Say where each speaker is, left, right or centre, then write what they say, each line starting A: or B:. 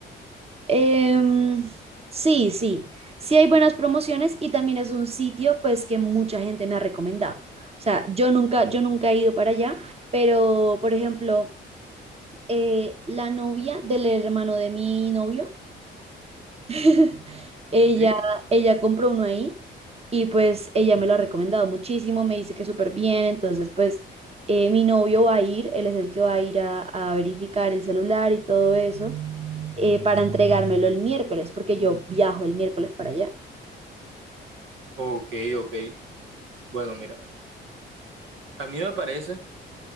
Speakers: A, on the right; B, on the right.
A: Em, sí, sí, sí hay buenas promociones y también es un sitio pues que mucha gente me ha recomendado. O sea, yo nunca, yo nunca he ido para allá, pero por ejemplo, eh, la novia del hermano de mi novio <laughs> Ella,
B: ¿Sí?
A: ella compró uno ahí y pues ella me lo ha recomendado muchísimo, me dice que súper bien, entonces pues eh, mi novio va a ir, él es el que va a ir a, a verificar el celular y todo eso eh, para entregármelo el miércoles, porque yo viajo el miércoles para allá.
B: Ok, ok. Bueno, mira, a mí me parece